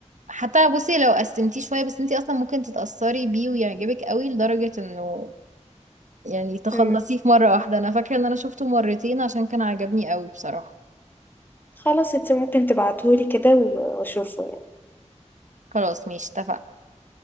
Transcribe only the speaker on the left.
امم
خلاص انت ممكن تبعتهولي كده و- واشوفه يعني